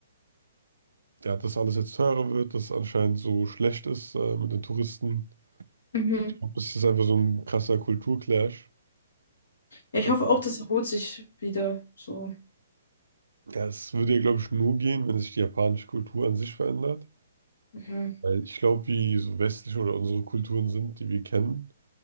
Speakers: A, on the right (about 85°); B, on the left (about 80°).
A: ja, dass alles jetzt teurer wird, dass es anscheinend so schlecht ist äh, mit den Touristen.
B: Mhm.
A: Ich glaub, Das ist einfach so ein krasser Kulturclash.
B: Ja,
A: Ähm,
B: ich hoffe auch, das erholt sich wieder. So.
A: ja, es würde ja, glaube ich, nur gehen, wenn sich die japanische Kultur an sich verändert.
B: Mhm.
A: Weil ich glaube, wie so westliche oder unsere Kulturen sind, die wir kennen,